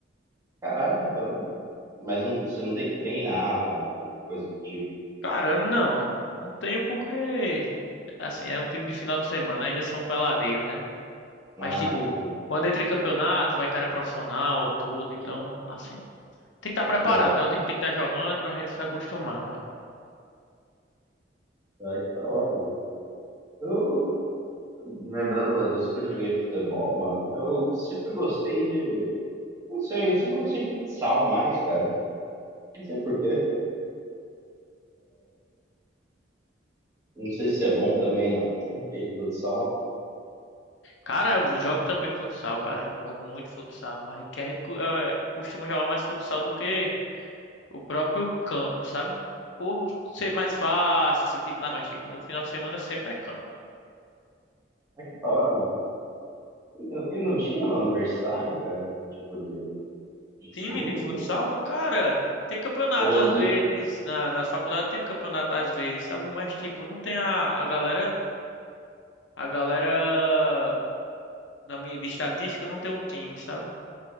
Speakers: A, on the right; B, on the left.
A: Caralho, então. Mas não- você não tem que treinar, coisa do tipo.
B: Cara, não. Não tenho porque, assim, é um time de final de semana, ainda são peladeiros, né?
A: Ah,
B: Mas, tipo,
A: entendi.
B: quando entra em campeonato, vai cara profissional, tudo, então, assim. Tem que estar preparado,
A: é,
B: né? O time tem que estar jogando pra gente se acostumar, velho.
A: é que da hora, mesmo. Eu, lembrando das vezes que eu joguei futebol, mano, eu sempre gostei de. Não sei, eu sempre gostei de futsal mais, cara. Não sei por quê. Não sei se é bom também na, <laughs> em futsal.
B: Cara, eu jogo também futsal, cara. eu Jogo muito futsal. A gente, que a gente cu- eh, costuma jogar mais futsal do que o próprio campo, sabe? Por ser mais fácil, ser tipo, na- mas tipo, no final de semana sempre é campo.
A: Que da hora, mano. E e não tinha na universidade, cara, algum tipo de, de
B: Time
A: time,
B: de futsal,
A: né?
B: cara, tem campeonatos
A: Ou
B: às
A: de...
B: vezes, na, nas faculdades tem um campeonato às vezes, sabe? Mas tipo, não tem a, a galera, a galera da minha, de estatística não tem um time, sabe?